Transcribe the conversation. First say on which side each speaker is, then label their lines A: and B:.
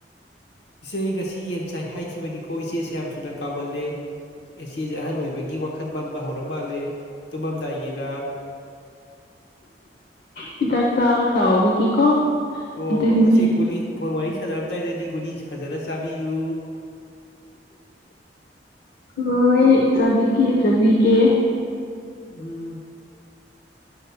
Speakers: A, on the left; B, on the left.
A: ꯏꯆꯦ ꯑꯩ ꯉꯁꯤ ꯌꯦꯟ ꯆꯥꯏ ꯍꯥꯏꯈꯤꯕꯅꯤꯀꯣ ꯏꯆꯦꯁꯦ ꯌꯥꯝ ꯊꯨꯅ ꯀꯥꯎꯒꯜꯂꯦ ꯏꯆ‌ꯦꯖ‌ꯦ ꯑꯍꯟ ꯑꯣꯏꯕꯒꯤ ꯋꯥꯈꯜ ꯃꯝꯕ ꯍꯧꯔ ꯃꯥꯜꯂꯦ ꯇꯨꯝꯃꯝꯗꯥꯏꯒꯤꯔ
B: ꯍꯤꯗꯥꯛ ꯆꯥꯕ ꯀꯥꯎꯕꯒꯤꯀꯣ
A: ꯑꯣ
B: ꯑꯗꯨꯒꯤꯅꯦ
A: ꯑꯣ ꯏꯆꯦ ꯒꯨꯂꯤ ꯐꫭꯟ ꯋꯥꯔꯤ ꯁꯥꯟꯅꯔꯝꯗꯥꯏꯗꯗꯤ ꯒꯨꯂꯤ ꯐꯖꯅ ꯆꯥꯕꯤꯌꯨ
B: ꯍꯣꯏ ꯆꯥꯕꯤꯒꯦ ꯆꯥꯕꯤꯒꯦ
A: ꯎꯝ